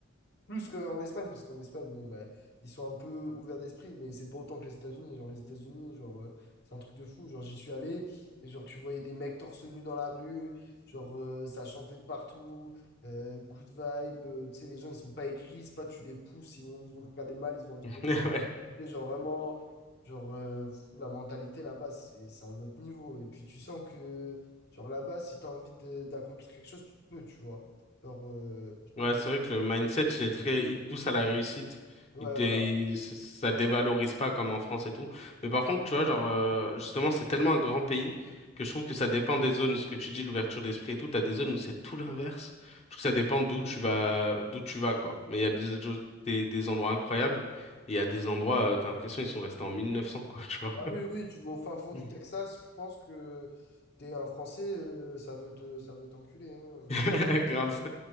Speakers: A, on the left; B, on the left.
A: plus qu'en Espagne, parce qu'en Espagne, bon, bah, ils sont un peu ouverts d'esprit, mais c'est pas autant que les États-Unis. Genre, les États-Unis, genre, euh, c'est un truc de fou. Genre, j'y suis allé, et genre, tu voyais des mecs torse nu dans la rue, genre, euh, ça chantait de partout, euh, good vibe, euh, tu sais, les gens, ils sont pas aigris, c'est pas tu les pousses, ils vont, ils vont te regarder mal, ils ont envie
B: <laughs>
A: de te
B: Ouais.
A: pousser. Genre, vraiment, genre, euh, fou, la mentalité là-bas, c'est, c'est un autre niveau. Et puis, tu sens que, genre, là-bas, si t'as envie de- d'accomplir quelque chose, tu peux, tu vois. Genre, euh, je sais pas
B: Ouais,
A: comment.
B: c'est vrai que le mindset, il est très, il te pousse à la réussite.
A: Ouais,
B: Il, dé-
A: voilà.
B: il- ça ça dévalorise pas comme en France et tout. Mais par contre, tu vois, genre, euh, justement, c'est tellement un grand pays que je trouve que ça dépend des zones. Ce que tu dis, l'ouverture d'esprit et tout, t'as des zones où c'est tout l'inverse. Je trouve que ça dépend d'où tu vas, d'où tu vas, quoi. Mais il y a des, jo- des, des endroits incroyables et il y a des endroits, euh, t'as l'impression, ils sont restés en 1900, quoi, <laughs> tu vois.
A: Ah oui, oui, tu vas au fin fond du
B: Mm.
A: Texas, je pense que t'es un Français, euh, ça veut te, ça veut t'enculer. hein,
B: <laughs>
A: mais-
B: Grave.